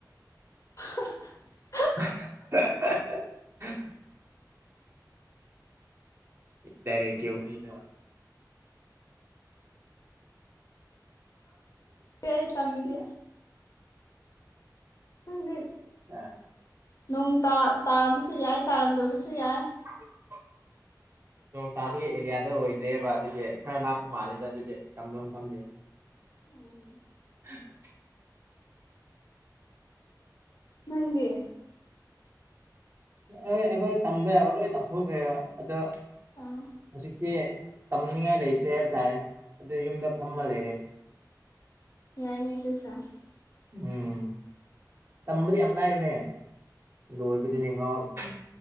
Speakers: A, on the left; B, on the right.
A: ꯍ <unintelligible>
B: <unintelligible> ꯗꯥꯏꯔꯦꯛ ꯀꯤ ꯋꯔꯤꯗꯣ
A: ꯄꯥꯏꯔ ꯇꯝꯗꯦ ꯈꯪꯗꯦ
B: ꯑꯥ
A: ꯅꯣꯡ ꯇꯥ ꯇꯥꯔꯝꯕꯁꯨ ꯌꯥꯏ ꯇꯥꯔꯝꯗꯕꯁꯨ ꯌꯥꯏ
B: <inaudible> ꯅꯣꯡ ꯇꯥꯕꯒꯤ ꯑꯦꯔꯤꯌꯥꯗꯣ ꯑꯣꯏꯗ꯭ꯔꯦꯕ ꯑꯗꯨꯗꯤ ꯈꯔ ꯂꯥꯞꯄ ꯃꯥꯜꯂꯦꯗ ꯑꯗꯨꯗꯤ ꯇꯝꯕ ꯃꯐꯝꯗꯤ
A: ꯎꯝ
B: <inaudible>
A: ꯅꯪꯒꯤ
B: ꯑꯩꯈꯣꯏ ꯇꯝꯕ ꯌꯥꯕ ꯂꯣꯏ ꯇꯝꯊꯣꯛꯈ꯭ꯔꯦꯕ ꯑꯗꯣ
A: ꯑꯥ
B: ꯍꯧꯖꯤꯛꯇꯤ ꯇꯝꯅꯤꯡꯉꯥꯏ ꯂꯩꯇ꯭ꯔꯦ ꯍꯥꯏꯕ ꯇꯥꯔꯦ ꯑꯗꯨꯏ ꯌꯨꯝꯗ ꯐꯝꯃ
A: ꯑꯣ
B: ꯂꯩꯔꯦ
A: ꯌꯥꯏꯅꯦ ꯑꯗꯨꯁꯨ
B: ꯎꯝ ꯇꯝꯕꯗꯤ ꯌꯥꯝ ꯂꯥꯏꯕꯅꯦ ꯂꯣꯏꯕꯗꯅꯦ ꯉꯥꯎꯔꯤꯁꯦ